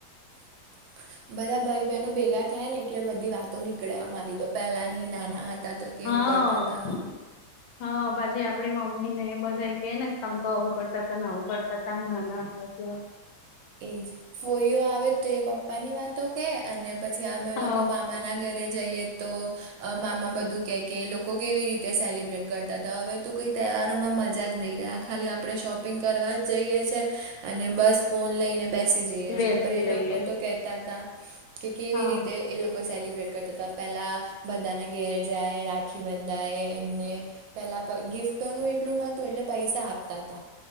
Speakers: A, on the right; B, on the left.
A: <inaudible> બધા ભાઈ બહેનો ભેગા થયા ને એટલે બધી વાતો નીકળે અમારી તો પહેલાની નાના હતા તો કેવું
B: હા
A: કરતાતા
B: હા પછી આપડી મમ્મી ને બધા કે ને તમ તો આવું કરતા તન આવું કરતાન નાના હતા ત્યાર
A: એજ ફોઈઓ આવે તો એ પપ્પાની વાતો કે અને પછી અમે
B: હ
A: લોકો મામાના ઘરે જઈએ તો અ મામા બધું કહે કે લોકો કેવી રીતે સેલિબ્રેટ કરતા હતા હવે તો કોઈ તહેવારોમાં મજા જ નહીં રહે આ ખાલી આપણે શોપિંગ કરવા જ જઈએ છેએ અને બસ ફોન લઈને બેસી જઈએ
B: બેસી
A: છે પણ એ
B: જઈએ
A: લોકો તો કેહેતા હતા કે કેવી
B: હા
A: રીતે એ લોકો સેલિબ્રેટ કરતા તા પહેલાં બધાના ઘેર જાએ રાખી બંધાએ એમને પેલા ગિફ્ટોનું એટલું નોતું એટલે પૈસા આપતા હતા